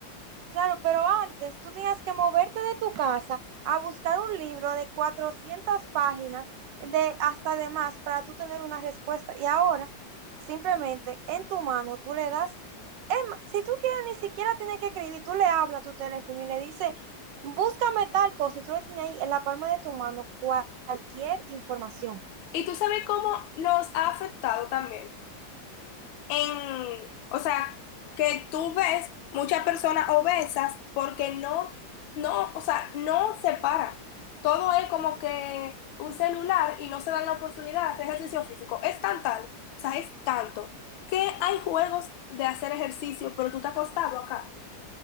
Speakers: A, on the right; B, on the left.
A: Claro, pero antes tú tenías que moverte de tu casa a buscar un libro de 400 páginas, de hasta de más, para tú tener una respuesta. Y ahora, simplemente en tu mano, tú le das, es ma- si tú quieres, ni siquiera tienes que escribir, tú le hablas a tu teléfono y le dices, búscame tal cosa, y tú le tienes ahí en la palma de tu mano cual- cualquier información.
B: Y tú sabes cómo nos ha afectado también. En, o sea, que tú ves muchas personas obesas porque no, no, o sea, no se paran. Todo es como que un celular y no se dan la oportunidad de hacer ejercicio físico. Es tan tal, o sea, es tanto que hay juegos de hacer ejercicio, pero tú te has acostado acá.